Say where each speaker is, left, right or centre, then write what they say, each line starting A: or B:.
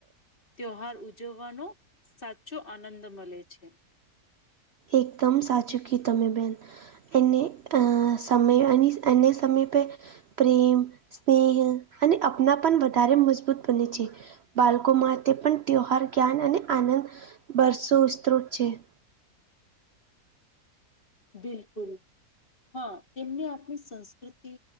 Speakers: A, on the left; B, on the right.
A: ત્યહાર ઉજવવાનો સાચો આનંદ મળે છે.
B: એકદમ સાચું કી તમે બેન. એને અ સમયે એન્ય એને સમય પે પ્રેમ સ્નેહ અને અપનાપન વધારે મજબૂત બને છે. બાલકો માટે પણ ત્યહાર જ્ઞાન અને આનંદ બરસો સ્ત્રોત છે.
A: બિલકુલ, હા તેમને આપણી સંસ્કૃતિ